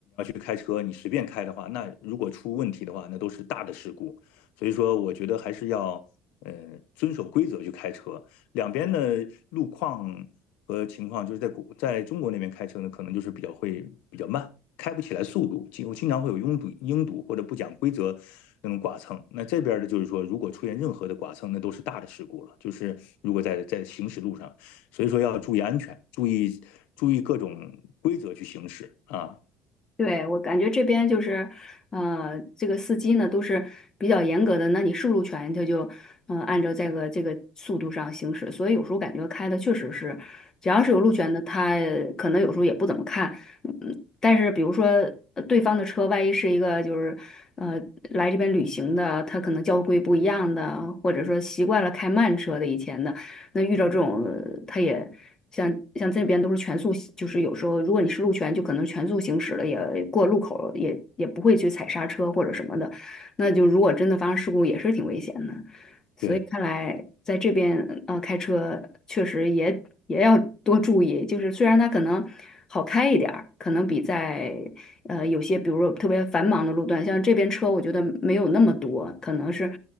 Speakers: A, on the left; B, on the left.
A: 开车你随便开的话，那如果出问题的话，那都是大的事故。所以说，我觉得还是要呃遵守规则去开车。两边的路况和情况，就是在国在中国那边开车呢，可能就是比较会比较慢，开不起来速度，经经常会有拥堵、拥堵或者不讲规则那种剐蹭。那这边的就是说，如果出现任何的剐蹭，那都是大的事故了。就是如果在在行驶路上，所以说要注意安全，注意注意各种规则去行驶啊，
B: 对，我感觉这边就是，呃，这个司机呢都是比较严格的，那你是路权他就，呃，按照这个这个速度上行驶，所以有时候感觉开的确实是，只要是有路权的，他可能有时候也不怎么看，嗯，但是比如说呃对方的车，万一是一个就是，呃，来这边旅行的，他可能交规不一样的，或者说习惯了开慢车的以前的，那遇到这种呃他也。像像这边都是全速就是有时候如果你是路权，就可能全速行驶了，也过路口了也也不会去踩刹车或者什么的。那就如果真的发生事故，也是挺危险的。所以看来在这边呃开车确实也也要多注意，
A: 对。
B: 就是虽然它可能好开一点儿，可能比在呃有些比如说特别繁忙的路段，像这边车我觉得没有那么多，可能是